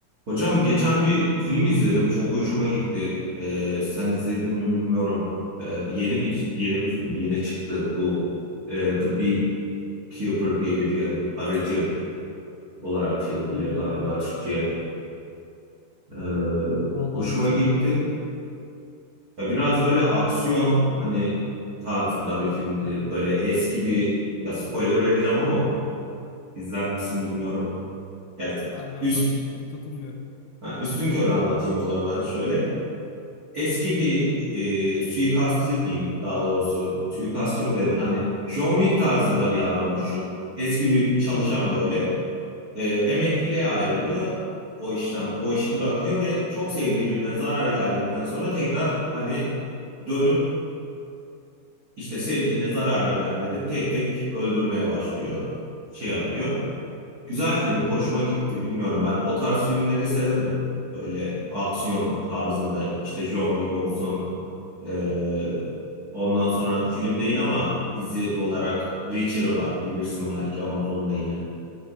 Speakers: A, on the right; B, on the left.
A: Hocam geçen bir film izledim. Çok hoşuma gitti. Ee, sen izledin mi bilmiyorum. Ee, yeni bir yeni bir film. Yeni çıktı bu. Ee, The Beekeeper diye bir film. Arıcı olarak çevriliyor
B: Hmm,
A: galiba Türkçe'ye. Ee,
B: vallahi
A: hoşuma
B: izlemedim
A: gitti.
B: ya.
A: Ya biraz böyle aksiyon hani tarzında bir filmdi. Böyle eski bir ya spoiler vereceğim ama izler misin bilmiyorum. Ya
B: Ver ver
A: üst,
B: ben takılmıyorum.
A: ha, üstünkörü anlatayım o zaman ben şöyle. eski bir e, suikastçı diyeyim daha doğrusu. Suikastçı mı denir? Hani John Wick tarzında bir adam düşün. Eski bir çalışan
B: Hı hı,
A: böyle. E, emekliliğe ayrılıyor o işten. O işi bırakıyor ve çok sevdiği birine zarar geldikten sonra tekrar hani dönüp işte sevdiğine zarar verenleri tek tek öldürmeye başlıyor. Şey yapıyor. Güzel film. Hoşuma gitti. Bilmiyorum. Ben o tarz filmleri severim. Böyle aksiyon tarzında işte John Wick olsun. Ee, ondan sonra film değil ama dizi olarak Reacher var bilirsin belki Amazon'da yine.